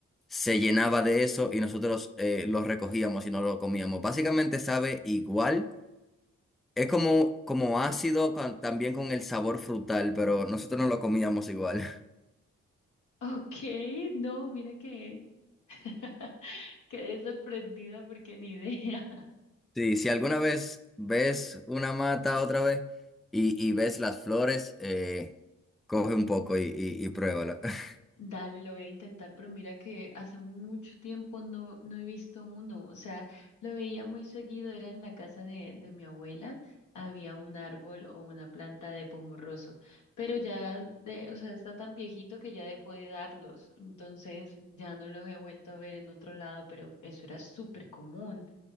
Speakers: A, in the centre; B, on the left.
A: se llenaba de eso y nosotros eh, lo recogíamos y no lo comíamos. Básicamente sabe igual, es como, como ácido con- también con el sabor frutal, pero nosotros no lo comíamos igual. <laughs>
B: Ok, no, mira que... <laughs> Quedé sorprendida porque ni idea. <laughs>
A: Sí, si alguna vez ves una mata otra vez y, y ves las flores, eh, coge un poco y, y, y pruébalo. <laughs>
B: Dale, lo voy a intentar, pero mira que hace mucho tiempo no, no he visto uno. O sea, lo veía muy seguido, era en la casa de, de mi abuela, había un árbol o una planta de pomorroso, pero ya, de, o sea, está tan viejito que ya dejó de darlos. Entonces ya no los he vuelto a ver en otro lado, pero eso era súper común,